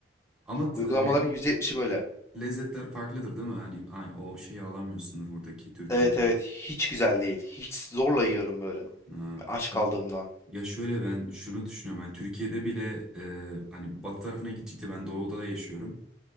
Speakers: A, in the centre; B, on the left.
A: Ama t-
B: uygulamaların
A: lezzet-
B: yüzde yetmişi böyle.
A: lezzetler farklıdır değil mi? Hani ay, o şeyi alamıyorsundur buradaki Türkiye'de.
B: Evet evet hiç güzel değil. Hiç zorla yiyorum böyle.
A: Ha,
B: Aç kaldığımda.
A: Ya, ya şöyle ben şunu düşünüyorum. Hani Türkiye'de bile e, hani batı tarafına gittikçe ben doğuda yaşıyorum.